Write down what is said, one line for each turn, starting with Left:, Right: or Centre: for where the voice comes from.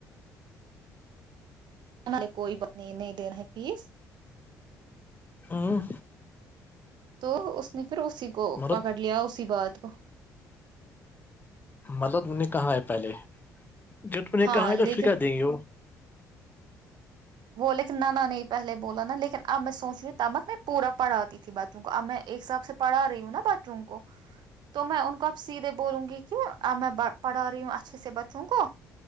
Right: ان نے کوئی ب نہیں نہیں دین ہے فیس
Left: ہوں
Right: تو اس نے پھر اسی کو
Left: مرد
Right: پکڑ لیا اسی بات کو
Left: ملب نے کہاں ہے پہلے ج ت نے
Right: ہاں
Left: کہاںا ہے
Right: لیکن
Left: تو پھر کر دیں گے وہ
Right: وہ لیکن نہیں پہلے بولا نا لیکن اب میں سوچی تامک میں پورا پڑاتی تھی تھی بچوں کو اب میں ایک حساب سے پڑھا رہی ہوں نا بچوں کو تو میں ان کو اب سیدھے بولوں گی کہ میں پڑھا رہی ہوں اچھے سے بچوں کو